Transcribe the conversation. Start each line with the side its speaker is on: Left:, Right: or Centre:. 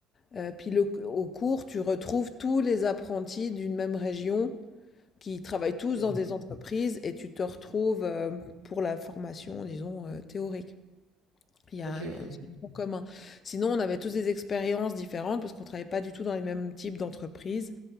Left: Euh, puis le- au cours, tu retrouves tous les apprentis d'une même région qui travaillent tous
Right: Ok,
Left: dans des entreprises et tu te retrouves euh, pour la formation, disons, euh, théorique. Il y
Right: ok,
Left: a un
Right: ok.
Left: ce tronc commun. Sinon, on avait tous des expériences différentes parce qu'on ne travaillait pas du tout dans les mêmes types d'entreprises.